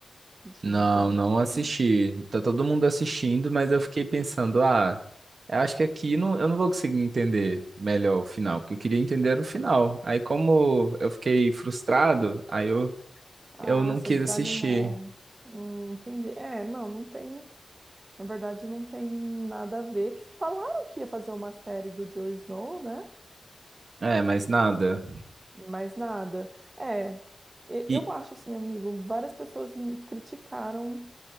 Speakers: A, on the right (about 30°); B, on the right (about 60°).
A: de
B: Não,
A: Game of
B: não
A: Thrones?
B: assisti. Tá todo mundo assistindo, mas eu fiquei pensando, ah. Eu acho que aqui não, eu não vou conseguir entender melhor o final, porque eu queria entender era o final. Aí, como eu fiquei frustrado, aí eu,
A: Ah,
B: eu não
A: você
B: quis
A: desanimou.
B: assistir.
A: Hum, entendi. É, não, não tem. Na verdade, não tem nada a ver. Falaram que ia fazer uma série do Jon Snow, né?
B: É, mas nada.
A: Mais nada. É, e-
B: E,
A: eu acho assim, amigo, várias pessoas me criticaram